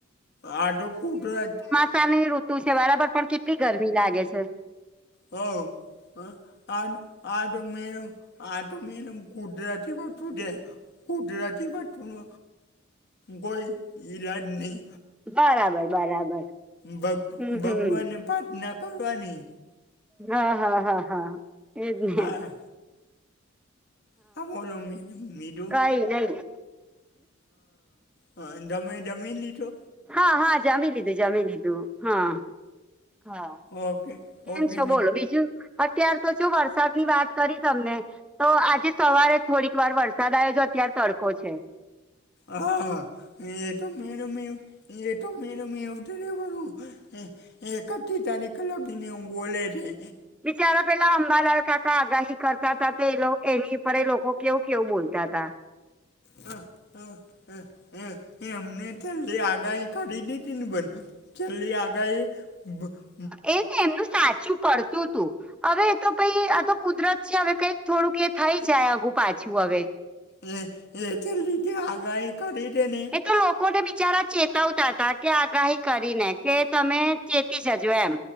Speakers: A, on the left; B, in the centre.
A: આ તો કુ કરાટત
B: સની ઋતુ છે વારાફરતી પણ એમ કેટલી ગરમી લાગે છે.
A: હો હ આ આ તો મેડમ આ તો મેડમ કુદરતી વસ્તુ છે. કુદરતી વસ્તુનો કોઈ ઇલાજ નહી.
B: બરાબર બરાબર
A: ભ
B: હમ
A: ભગવાનને
B: હમ
A: પ્રાર્થના કરવાની.
B: હા હા હા હા એજ ને
A: હા હા બોલો મેડમ મીધું.
B: કઈ નઈ
A: હ તમે જમી લીધો?
B: હા હા જમી લીધું જમી લીધું હા હા -કેમ
A: ઓકે ઓકે
B: છો બોલો બીજું? અત્યાર તો જો વરસાદની વાત કરી તમને તો આજે સવારે થોડીક વાર વરસાદ આવ્યો જો અત્યાર તડકો છે.
A: હા એતો મેડમ એવું. એતો મેડમ એવું તો રેવાનું એકઠી તારીખ લગીને એવું બોલે રેહ
B: બચારા પેલા અંબાલાલકાકા આગાહી કરતા તા તો એ એની ઉપરએ લોકો કેવું- કેવું બોલતા તા
A: હ હ હ એમને જલ્દી આગાહી કરી તી તીન બન -છેલ્લી આગાહી એ
B: એ ને એમનું સાચું પડતું તું હવે તો પઇ આતો કુદરત છે હવે કંઈક થોડુંક એ થઈ જાય આઘું પાછું હવે
A: રે રે રે તે લીધે આગાહી કરી દેને
B: એ તો લોકોને બિચારા ચેતવતા હતા કે આગાહી કરીને કે તમે ચેતી જજો એમ.